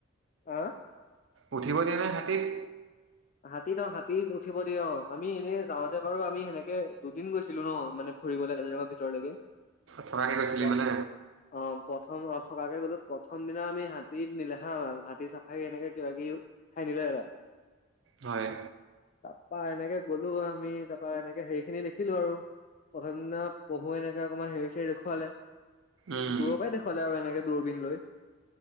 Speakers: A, on the left; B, on the right.
A: আ
B: উঠিব দিয়ে নে <inaudible>
A: হাতীত অ', হাতীত উঠিব দিয় অ', আমি এনেই যাওঁতে বাৰু আমি সেনেকে দুদিন গৈছিলো ন মানে ফুৰিব লাগ কাজ কা ভিতৰলৈকে
B: থকাকে গৈছিলি
A: অ',
B: মানে
A: অ'। প্ৰথম অ', থকাকে গ'লো প্ৰথম দিনা আমি হাতী নিলেখাম আৰু হাতী চাফাৰী এনেকে কিবা কিবি ঠাই নিলে এৰা।
B: হয়।
A: তা এনেকে গ'লো আমি তাৰাপা এনেকে হেৰি খিনি দেখিলো আৰু প্ৰথম দিনা পঢ়ুৱে এনেকে অকণমান হেৰি চেৰি দেখুৱালে
B: উম
A: দূৰৰ পৰাই দেখুৱালে আৰু এনেকে দূৰবিন লৈ।